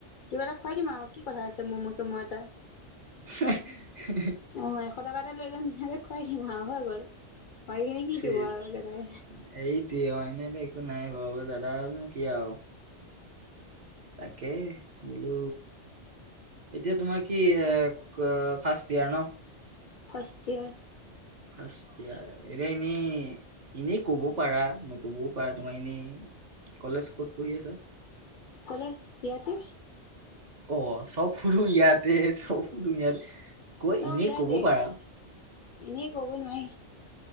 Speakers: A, on the left (about 55°); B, on the right (about 45°).
A: কিবা এটা খুৱাই দিম আৰু কি কথা আছে ম'ম-চম' এটা।
B: <unintelligible>
A: অ এশ টকা এটা লৈ যাম ধুনীয়াকৈ খুৱাই দিম আৰু হৈ গ'ল। বাকীখিনি কি
B: <unintelligible>
A: দিব আৰু দাদাই
B: এইটোৱে অ এনেতো একো নাই বাৰু দাদা আৰু কি আৰু তাকে বোলো এতিয়া তোমাৰ কি ফাৰ্ষ্ট ইয়াৰ ন?
A: First year.
B: ফাৰ্ষ্ট ইয়াৰ এতিয়া এনেই এনেই কব পাৰা নক'বও পাৰা তোমাৰ এনেই কলেজ ক'ত পঢ়ি আছে?
A: কলেজ ইয়াতে
B: অ চব শুধু ইয়াতে, চব শুধু ইয়াতে কৈ
A: চব
B: এনেই
A: ইয়াতে
B: ক'ব পাৰা।
A: এনেই ক'ব নোৱাৰি।